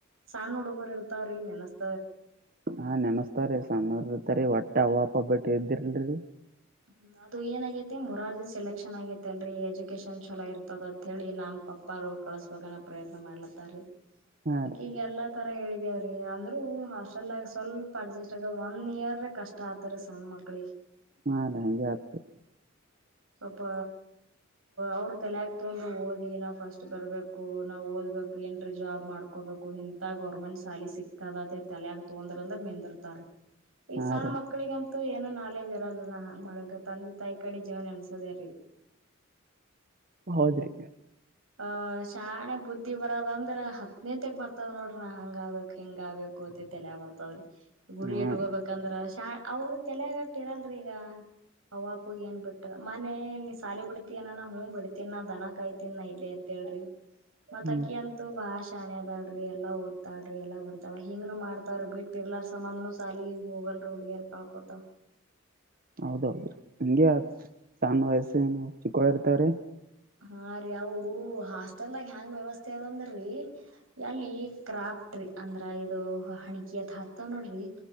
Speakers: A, on the right; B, on the right.
A: ಸಣ್ಣ ಹುಡುಗೋರು ಇರ್ತಾವ್ರೀ ನೆನಸ್ತಾವ
B: ಹಾ ನೆನಸ್ತಾವ್ರೀ ಸಣ್ಣೂರ್ ಇರ್ತರಿ ಒಟ್ಟೆ ಅವ್ವ ಅಪ್ಪ ಬಿಟ್ಟ ಇದ್ದಿರಲ್ರಿ
A: ಹ್ಮ್ ಅದ ಅದು ಏನಾಗೈತೆ ಮುರಾರ್ಜಿ ಸೆಲೆಕ್ಷನ್ ಆಗೈತೆ ಅಲ್ರಿ ಎಜುಕೇಶನ್ ಛಲೋ ಇರ್ತದ ಅಂತತ್ ಹೇಳಿ ನಮ್ಮ ಪಪ್ಪಾ ಪಾರು ಕಳಸ್ಬೇಕನ್ನ ಪ್ರಯತ್ನ ಮಾಡ್ಲತ್ತಾರಿ
B: ಹಾ
A: ಅಕಿ
B: ರೀ
A: ಈಗ ಎಲ್ಲಾ ತರ ಹೇಳಿದ್ ಬೇ ಅಂದ್ರು ಹಾಸ್ಟೆಲ್ಗ ಸ್ವಲ್ಪ ಅಡ್ಜಸ್ಟ್ ಆಗ ಒನ್ ಇಯರ್ ಕಷ್ಟ ಆಗ್ತಾರ ಸಣ್ಣ ಮಕ್ಳಿಗೆ
B: ಅದೇ ಹಂಗೆ ಆಗ್ತದ
A: ಸ್ವಪ್ಪ ಅವ್ರು ತೆಲೆಗ ತಗ್ತೊಂಡು ಓದಿ ನಾವು ಫಸ್ಟ್ ಬರ್ಬೇಕು ನಾವು ಓದ್ಬೇಕು ಏನ್ರೇ ಜಾಬ್ ಮಾಡ್ಕೋಬೇಕು ಗೌರ್ಮೆಂಟ್ ಸಾಲಿ ಸಿಕ್ಕದ ತೇಲಿಯಾಗ ತೊಂದ್ರ ಅಂದ್ರ ನಿಂದಿರ್ತಾರಿ ಈಗ
B: ಹಾ
A: ಸಣ್ಣ
B: ರೀ
A: ಮಕ್ಕಳಗಂತೂ ಏನೋ ನಾಲೆಜ್ ಇರಲ್ರರಿ ನಾ ಹಂಗ್ ಮಾಡಬೇಕ ತಂದಿ ತಾಯಿ ಕಡೆ ಜೀವಾ ನೆನ್ಸೋದ ರೀ
B: ಹೌದ್ರಿ
A: ಹ ಶಾಣೆ ಬುದ್ಧಿ ಬರೋದ ಅಂದ್ರೆ ಹತ್ತನೇತೆಕ ಬರ್ತದ ನೋಡ್ರ ನಾ ಹಂಗ ಆಬೇಕು ಹಿಂಗ ಆಗ್ಬೇಕು ಅದ ತಲೆಯಗ ಬರ್ತ <unintelligible> ಗುರಿ
B: ಹಾ
A: ಇಟ್ಕೋಬೇಕಂದ್ರ
B: ರೀ
A: ಶಾ ಅವ್ರ ತಲೆಗಟ್ಟಿರಲ್ರಿ ಈಗ ಅವ್ಪ ಅಪ್ಪ ಏನ್ ಬಿಟ್ಟ ಮೋನೆೇ ನೀ ಸಾಲಿ ಬಿಡ್ತನಾನ ಹೂ ಬಿಡ್ತನ್ ನ ದನಾ ಕಾಯ್ತೀನ್ ಇಡ್ಲಿ ಅತಳ್ರಿ ಮತಕ್ಕೆ
B: ಹ್ಮ್
A: ಅನು ಭಾಳ ಷ್ಯಾಣೆ ಅದಾಳರೀ ಎಲ್ಲಾ ಓದುತ್ತಾಳರಿ ಎಲ್ಲಾ ಬರಿತಾಳರಿ ಹಿಂಗನು ಮಾಡ್ತಾವ್ರ ಬಿಟ್ಟಿರ್ಲಾರ ಸಂಬಂಧ ನೂ ಸಾಲಿಗಿ ಹೋಗಲ್ ಹುಡಿಗಿಯಾರ್ ಕಳ್ಕೊತ
B: ಹೌದೌದು ರೀ ಹಿಂಗೆ ಆಗ್ತದ್ರಿ ಸಣ್ ವಯಸ್ಸ ನ ಚಿಕ್ಕೋ ಇರ್ತವ್ರೀ
A: ಹಾ ರಿವು ಹಾಸ್ಟೆಲದಾಗ ಹೆಯಾಂಗ್ ವ್ಯವಸ್ಥೆ ದ್ರೀ ಅಲ್ಲಿ ಕ್ರಾಫ್ಟ್ ರೀ ಅಂದ್ರ ಸಾ ಇದು ಹೆಣಿಕಿ ಅತ್ ಹಾಕ್ತಾವ ನೋಡ್ರಿ